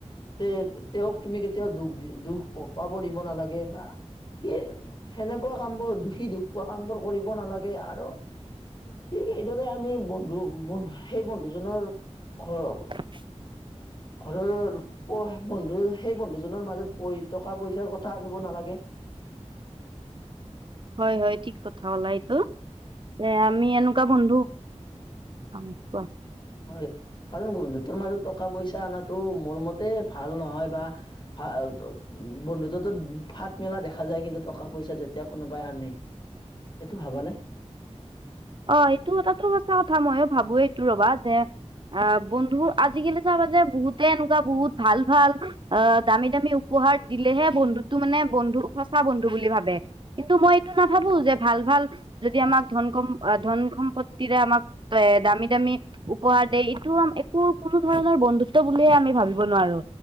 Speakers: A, on the left; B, on the right.
A: তে তেওঁক তুমি কেতিয়াও দুখ দুখ পাব দিব নালাগে বা সি সেনেকুৱা কামবোৰ, দুষি দুখ পোৱা কামবোৰ কৰিব নালাগে আৰু ঠিক সেইদৰে আমি বন্ধু বন্ধু সেই বন্ধুজনৰ ঘৰৰ
B: <inaudible>
A: ঘৰৰৰ পই বন্ধু সেই বন্ধুজনৰ মাজত পই টকা পইচাৰ কথা আনিব নালাগে।
B: হয় হয় ঠিক কথা ক'লা এইটো, এ, আমি এনেকুৱা বন্ধু <unintelligible>
A: হয় কাৰণ বন্ধুত্বৰ মাজত টকা পইচা অনাটো মোৰ মতে ভাল নহয় বা ফা, বন্ধুত্বটোত ফাট মেলা দেখা যায় কিন্তু টকা পইচা যেতিয়া কোনোবাই আনে। এইটো ভাবানে?
B: অ' এইটো কথাটো সচা কথা, ময়ো ভাবোঁ এইটো ৰ'বা যে আ, বন্ধু আজিকালি চাবা যে বহুতে এনেকুৱা বহুত ভাল ভাল আ, দামী দামী উ পহাৰ দিলেহে বন্ধুত্বটো মানে বন্ধু সঁচা বন্ধু বুলি ভাবে। কিন্তু মই এইটো নাভাবোঁ যে ভাল ভাল যদি আমাক ধন সম অ' ধন সম্পত্তিৰে আমাক এ, দামী দামী উপহাৰ দে এইটো একো কোনো ধৰণৰ বন্ধুত্ব বুলিয়ে আমি ভাবিব নোৱাৰো।